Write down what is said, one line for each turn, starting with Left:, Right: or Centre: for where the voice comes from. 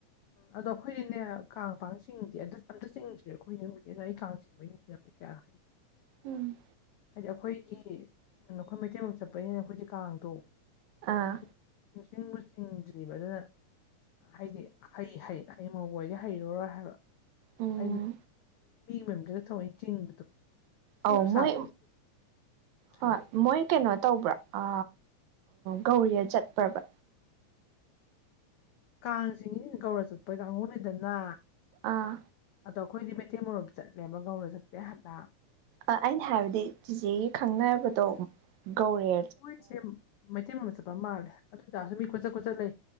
Left: ꯑꯗꯣ ꯑꯩꯈꯣꯏꯗꯤꯅꯦ ꯀꯥꯡ ꯄꯥꯡ ꯆꯤꯡꯗꯤ ꯑꯥ ꯑꯝꯇ ꯆꯤꯡꯗ꯭ꯔꯦ ꯑꯩꯈꯣꯏ ꯌꯨꯝꯒꯤꯅ ꯑꯩ ꯀꯥꯡ ꯆꯤꯡꯕꯩꯩꯅ ꯊꯤꯔꯝꯃꯦ ꯀꯌꯥ <unintelligible>
Right: ꯎꯝ
Left: ꯍꯥꯏꯗꯤ ꯑꯩꯈꯣꯏꯒꯤ ꯅꯈꯣꯏ ꯃꯩꯇꯩ ꯃꯔꯨꯞ ꯆꯠꯄꯅꯤꯅ ꯑꯩꯈꯣꯏꯗꯤ ꯀꯥꯡꯗꯣ ꯁꯨꯡꯆꯤꯡ
Right: ꯑꯥ
Left: ꯁꯨꯡꯆꯤꯡꯕꯨ ꯆꯤꯡꯗ꯭ꯔꯤꯕ ꯑꯗꯨꯅ ꯍꯥꯏꯗꯤ ꯍꯩ ꯍꯩ ꯍꯌꯦꯡ ꯃꯧ ꯑꯣꯏꯔꯗꯤ ꯍꯩꯔꯨꯔꯣꯏ ꯍꯥꯏꯕ꯫
Right: ꯎꯝ
Left: ꯍꯥꯏꯗꯤ ꯃꯤꯒꯤ ꯃꯌꯨꯝꯗꯨꯗ ꯊꯑꯣꯏ ꯆꯤꯡꯕꯗꯣ ꯁꯦꯝ
Right: ꯑꯧ
Left: ꯁꯥꯕꯗꯣ
Right: ꯃꯣꯏ ꯍꯣꯏ
Left: ꯍꯩꯅꯤꯀꯣ
Right: ꯃꯣꯏ ꯀꯩꯅꯣ ꯇꯧꯕ꯭ꯔꯥ ꯑ ꯒꯧꯔꯤꯌꯥ ꯆꯠꯄ꯭ꯔꯕ
Left: ꯀꯥꯡꯆꯤꯡꯉꯤꯁꯤꯡ ꯒꯧꯔ ꯆꯠꯄꯒꯤ ꯀꯥꯡꯕꯨ ꯅꯤꯗꯅ
Right: ꯑꯥ
Left: ꯑꯗꯣ ꯑꯩꯈꯣꯏꯗꯤ ꯃꯩꯇꯩ ꯃꯔꯨꯞ ꯆꯠꯂꯦꯕ ꯒꯧꯔ ꯆꯠꯇꯦ ꯍꯥꯏꯕ
Right: ꯑꯩꯅ ꯍꯥꯏꯕꯗꯤ ꯆꯤꯆꯦꯒꯤ ꯈꯪꯅꯕꯗꯣ ꯒꯧꯔꯦ
Left: ꯃꯣꯏꯁꯦ ꯃꯩꯇꯩ ꯃꯔꯨꯞ ꯆꯠꯄ ꯃꯥꯜꯂꯦ ꯑꯗꯨ ꯑꯣꯏꯇꯥꯔꯁꯨ ꯃꯤ ꯈꯨꯆꯠ ꯈꯨꯆꯠ ꯂꯩ